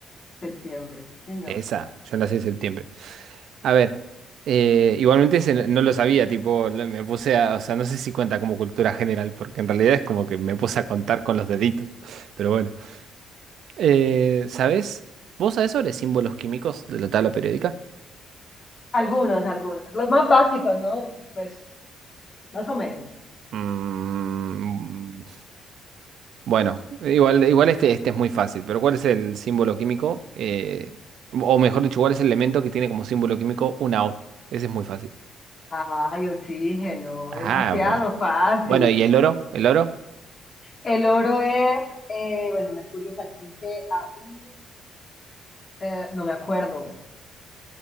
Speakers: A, on the left; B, on the right.
A: Septiembre, sí, señor.
B: Esa, yo nací en septiembre. A ver, eh, igualmente ese no no lo sabía, tipo, lo- me puse a, o sea, no sé si cuenta como cultura general, porque en realidad es como que me puse a contar con los deditos, <laughs> pero bueno. Eh, ¿sabés? ¿Vos sabés sobre símbolos químicos de la tabla periódica?
A: Algunos, algunos. Los más básicos, ¿no? Pues Más o menos.
B: Mm, Bueno, igual, igual este, este es muy fácil, pero ¿cuál es el símbolo químico? Eh, o mejor dicho, ¿cuál es el elemento que tiene como símbolo químico una O? Ese es muy fácil.
A: Ay, oxígeno,
B: Ah,
A: demasiado
B: bueno.
A: fácil.
B: Bueno, ¿y el oro? ¿El oro?
A: El oro es, eh, bueno, mercurio es HCAU, eh, no me acuerdo,